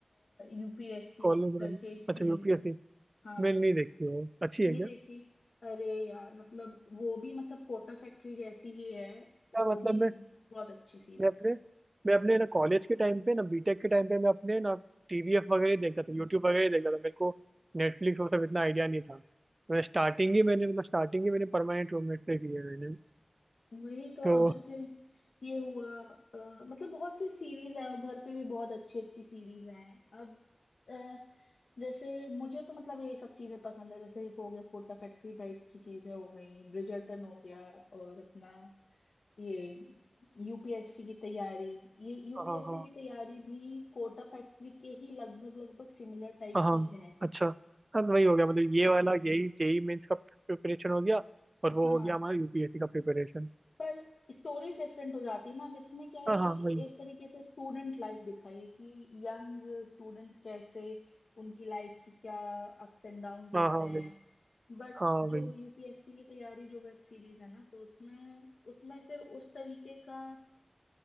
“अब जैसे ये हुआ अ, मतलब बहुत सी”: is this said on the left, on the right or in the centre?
Left